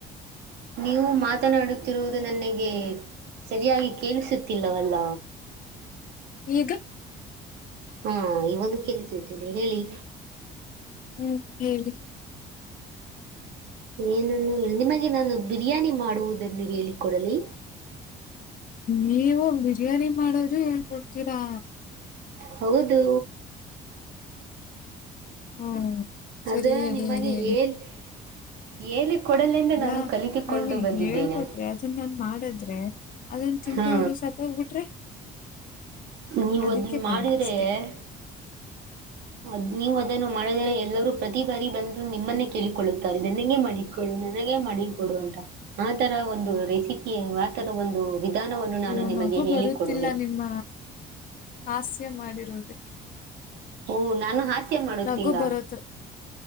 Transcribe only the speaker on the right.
ನೀವು ಮಾತನಾಡುತ್ತಿರುವುದು ನನಗೆ ಸರಿಯಾಗಿ ಕೇಳಿಸುತ್ತಿಲ್ಲವಲ್ಲ.
ಹಾ ಇವಾಗ ಕೇಳಿಸುತಿದೆ ಹೇಳಿ
ಏನನ್ನು ನಿಮಗೆ ನಾನು ಬಿರಿಯಾನಿ ಮಾಡುವುದನ್ನು ಹೇಳಿ ಕೊಡಲೆ
ಹೌದು
ಅದು
ನಿಮಗೆ
ಹೇಳ್ ಹೇಳಿಕೊಡಲೆಂದೇ ನಾನು
ಕಲಿತುಕೊಂಡು
ಬಂದಿದ್ದೇನೆ
ಹಾ
ನೀವು
ಅದನ್ನ
ಮಾಡಿದರೆ
ಅದ್ ನೀವು ಅದನ್ನು ಮಾಡಿದರೆ ಎಲ್ಲರೂ ಪ್ರತಿ ಬಾರಿ ಬಂದು ನಿಮ್ಮನ್ನೇ ಕೇಳಿಕೊಳ್ಳುತ್ತಾರೆ ನನಗೆ ಮಾಡಿಕೊಡು ನನಗೆ ಮಾಡಿ ಕೊ ಕೊಡು ಅಂತ ಆತರ ಒಂದು ರೆಸಿಪಿ ಆತರ ಒಂದು ವಿಧಾನವನ್ನು ನಾನು
ನಿಮಗೆ
ಹೇಳಿಕೊಡುವೆ
ಓಹ ನಾನು ಹಾಸ್ಯ ಮಾಡುತ್ತಿಲ್ಲ.